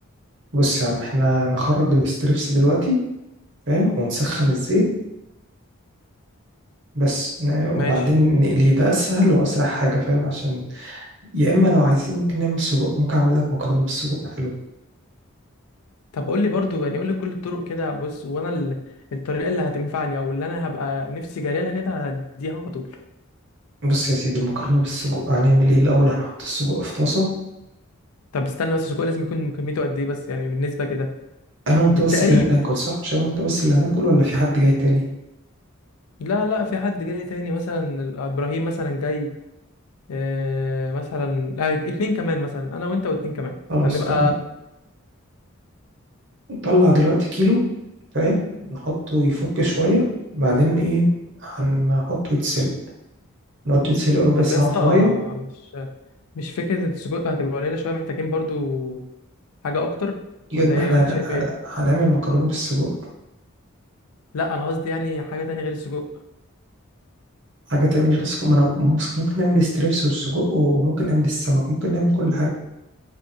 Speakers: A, on the right; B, on the left.
A: بص يا عم احنا نخرج الاستريبس دلوقتي فاهم ونسخن الزيت بس ن- وبعدين
B: ماشي
A: نقليه ده اسهل واسرع حاجه فاهم عشان يا اما لو عايزين ممكن نعمل سجق ممكن اعمل لك مكرونه بالسجق حلو
B: طب قول لي برضو يعني قول لي كل الطرق كده بص وانا ال- الطريقه اللي هتنفعني او اللي انا هبقى نفسي جاري لها كده هديها على طول
A: بص يا سيدي المكرونه بالسجق هنعمل ايه الاول هنحط السجق في طاسه
B: طب استنى بس السجق لازم يكون كميته قد ايه بس يعني بالنسبه كده
A: انا وانت
B: بالتقريب
A: بس اللي هناكل صح مش انا وانت بس اللي هناكل ولا في حد جاي تاني
B: لا لا في حد جاي تاني مثلا ال- ابراهيم مثلا جاي آه مثلا آه اتنين كمان مثلا انا وانت واتنين كمان
A: خلاص
B: هنبقى
A: ط- نطلع دلوقتي كيلو فاهم نحطه يفك شويه بعدين ايه هنحطه يتسلق نحطه يتسلق ربع
B: طب
A: ساعه
B: يا اسطى
A: في ميه
B: مش مش فكره السجود هتبقى قليله شويه محتاجين برضو حاجه اكتر
A: يد
B: ولا ايه
A: ما احنا
B: ولا
A: هن...
B: انت شايف
A: هن...
B: ايه
A: هنعمل مكرونه بالسجق
B: لا انا قصدي يعني حاجه تانية غير السجق
A: حاجة تانية غير السجق ما أنا ممكن ممكن نعمل الستريبس والسجق وممكن نعمل السمك ممكن نعمل كل حاجة